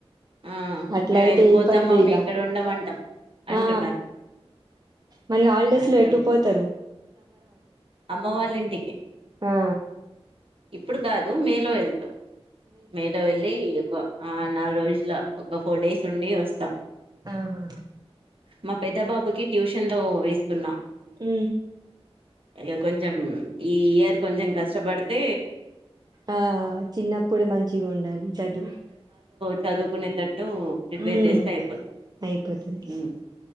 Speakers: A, on the right; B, on the right.
A: ఆ
B: అట్లా
A: మేము
B: అయితే
A: వెళ్ళిపోతాం
B: ఇబ్బందే
A: మమ్మీ
B: ఇగ
A: ఇక్కడ ఉండమంటాం అంటున్నారు
B: ఆ మరి హాలిడేస్
A: అట్లుంది
B: లో ఎటు పోతరు
A: అమ్మ వాళ్ళింటికి
B: ఆ
A: ఇప్పుడు కాదు మే లో వెళ్తాం మే లో వెళ్ళి ఒక ఆ నాలుగు రోజుల ట్లా ఒక ఫోర్ డేస్ ఉండి వస్తాం
B: ఆ హా
A: మా పెద్ద బాబుకిి ట్యూషన్ లో వేస్తున్నా
B: ఊ
A: ఇగా కొంచెం ఈ ఇయర్ కొంచెం కష్టపడితే
B: ఆ చిన్నప్పుడే మంచిగా ఉండాలి చదువు
A: చదువుకునే టట్ డ్ ప్రిపేర్
B: ఉమ్
A: చేస్తే అయిపోతుంది
B: అయిపోతది
A: మ్